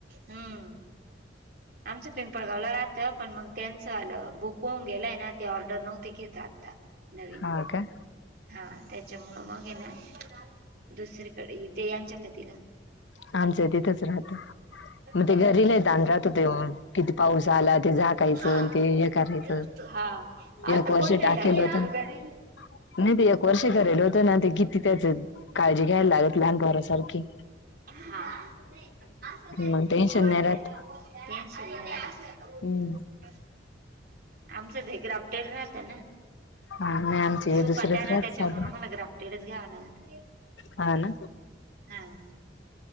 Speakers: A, on the right; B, on the left.
A: हम्म आमचं पिंपळगावला राहंत पण मग त्यांचं आलं बुकवून गेलंय ना ते ऑर्डर नव्हती घेत आता नवीन
B: हो काय
A: हा त्याच्यामुळं मग ये ना दुसरीकडे ते यांच्या कधीला
B: आमचं ही तिथंच राहतं मग
A: हम्म.
B: ते घरीला तांढ रात होते मग किती पाऊस आला ते झाकायच
A: हा
B: ते हे करायचं
A: येतो. हा आता
B: एक वर्ष
A: कोण नाही
B: टाकेल
A: राहतेय
B: होतं
A: गं
B: ना
A: घरी
B: नाही ते एक वर्ष करायल होतं ना ते किती त्याच काळजी घ्यायला लागत लहानपोरां सारखी
A: हा असं नाही असं नाही
B: मग टेन्शन
A: ओट
B: नाही राहत
A: करा ओट करा न अस ओट
B: हम्म
A: करा आमचं ते ग्राफ्टेड राहतं ना
B: हा नाही आमचे हे
A: सुका
B: दुसरेच
A: त्या
B: राहत
A: ना त्याच्या
B: चालू
A: म आम्हाला ग्राफ्टेडच घ्याव लागतं
B: हा ना
A: हम